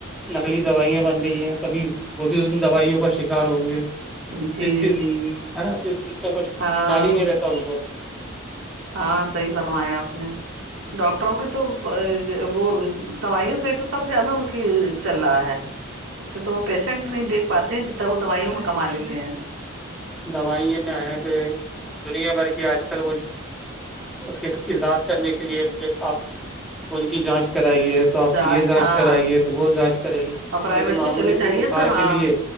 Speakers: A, in the centre; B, on the right.
A: نقلی دوائیاں بن رہی ہیں تبھی وہ بھی ان دوائیوں کا شکار ہوں گے
B: ہے جی
A: ک چیز
B: جی
A: ہے نا ک چیز کا کچھ
B: ہاں
A: خیال ہی نہیں رہتا ان کو
B: ہاں صحیح فرمایا آپ نے ڈاکٹروں کی تو وہ دوائیوں سے تو سب زیادہ ان کی چل رہا ہے ا تو وہ پیشنٹ نہیںیکھ پاتے ہیں جتنا وہ دوائیوں میں کما لیتے ہیں
A: دوائیاں آ پہ دنیا بھر کی آج کل وہ اس کے ایجاد کرنے کے لیے آپ انون کی جانچ کرائیے تو آپ یہ
B: آج
A: جانچ
B: ہاں
A: کرائیے تو وہ جانچ کرائیے
B: اور پرائیویٹ
A: لن معمولی
B: میں چلے
A: سے
B: جائیے
A: بخار
B: تو ہاں
A: کے لیے